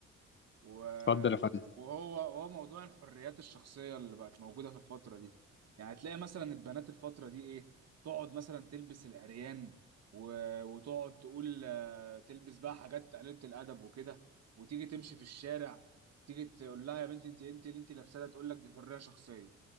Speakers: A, on the right; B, on the left.
A: و-
B: اتفضل يا فندم
A: وهو هو موضوع الحريات الشخصية اللي بقت موجودة في الفترة دي يعني تلاقي مثلا البنات الفترة دي ايه تقعد مثلا تلبس العريان و... وتقعد تقول آه، تلبس بقى حاجات قليلة الأدب وكده وتيجي تمشي في الشارع تيجي تقول لها يا بنتي انت انت اللي انت لابسة ده تقول لك دي حرية شخصية